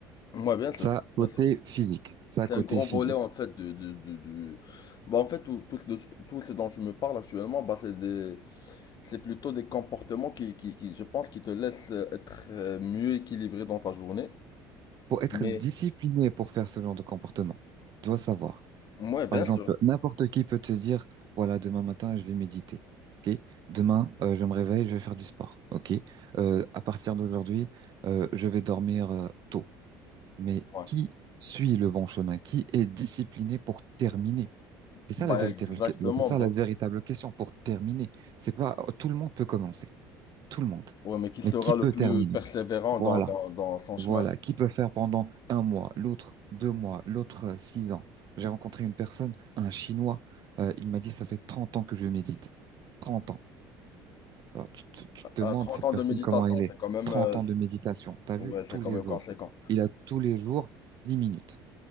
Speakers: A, on the left; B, on the right.
A: Ouais, bien sûr.
B: Ça, côté
A: Bien sûr.
B: physique. Ça,
A: C'est
B: côté
A: un grand
B: physique.
A: volet en fait de, de, de, de- Bah en fait tout, tout ce, tout ce dont je me parle actuellement, bah c'est des c'est plutôt des comportements qui, qui, qui je pense qui te laissent euh, être euh, mieux équilibré dans ta journée.
B: Pour être
A: Mais
B: discipliné pour faire ce genre de comportement, tu dois savoir.
A: ouais, bien
B: Par exemple,
A: sûr.
B: n'importe qui peut te dire, voilà, demain matin, je vais méditer. Ok? Demain, euh, je me réveille, je vais faire du sport. Ok? Euh, à partir d'aujourd'hui, euh, je vais dormir euh, tôt. Mais
A: Ouais.
B: qui suit le bon chemin? Qui est discipliné pour terminer? C'est
A: Bah
B: ça la véritable,
A: exactement,
B: c'est ça
A: bah.
B: la véritable question pour terminer. C'est pas, tout le monde peut commencer. Tout le monde.
A: Ouais, mais qui sera
B: Mais qui
A: le
B: peut
A: plus
B: terminer?
A: persévérant
B: Voilà.
A: dans, dans, dans son chemin?
B: Voilà, qui peut faire pendant un mois, l'autre deux mois, l'autre euh, six ans. J'ai rencontré une personne, un Chinois, euh, il m'a dit, ça fait 30 ans que je médite. 30 ans. Alors, tu, te tu te
A: À
B: demandes
A: 30
B: cette
A: ans
B: personne
A: de méditation,
B: comment elle est.
A: c'est quand même
B: 30
A: euh,
B: ans de méditation, t'as
A: ouais,
B: vu?
A: c'est
B: Tous
A: quand
B: les
A: même
B: jours.
A: conséquent.
B: Il a tous les jours dix minutes